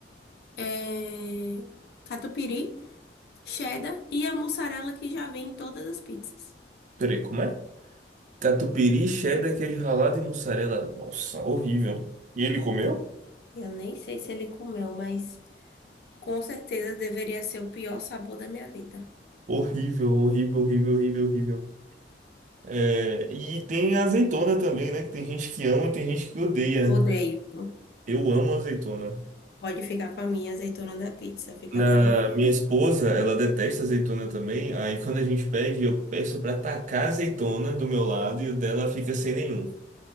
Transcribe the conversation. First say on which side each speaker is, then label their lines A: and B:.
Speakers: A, on the left (about 60°); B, on the right (about 45°).
A: É... Catupiry, cheddar e a mussarela que já vem em todas as pizzas.
B: Peraí, como é? Catupiry, cheddar, queijo ralado e mussarela. Nossa, horrível. E ele comeu?
A: Eu nem sei se ele comeu, mas com certeza deveria ser o pior sabor da minha vida.
B: Horrível, horrível, horrível, horrível, horrível. É, e tem azeitona também, né? Que tem gente que ama, tem gente que odeia.
A: Odeio.
B: Eu amo azeitona.
A: Pode ficar com a minha azeitona da pizza. Fica
B: Na
A: bem, à
B: minha esposa, ela detesta azeitona também. Aí quando a gente pede, eu peço pra tacar azeitona do meu lado e o dela fica sem nenhum.